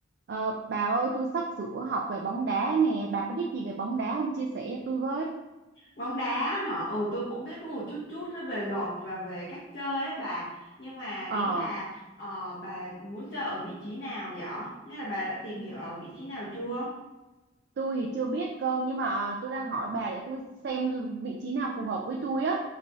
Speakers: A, on the right; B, on the left.
A: Ờ, bà ơi tôi sắp sửa học về bóng đá nè bà có biết gì về bóng đá không chia sẻ cho tôi với
B: bóng đá hả ừ tôi cũng biết có một chút chút á về luật và về cách chơi ấy bà nhưng mà
A: ờ
B: ý là ờ, bà muốn chơi ở vị trí nào vậy nghĩa là bà đã tìm hiểu ở vị trí nào chưa
A: tôi thì chưa biết cơ nhưng mà tôi đang hỏi bà để tôi xem vị trí nào phù hợp với tôi á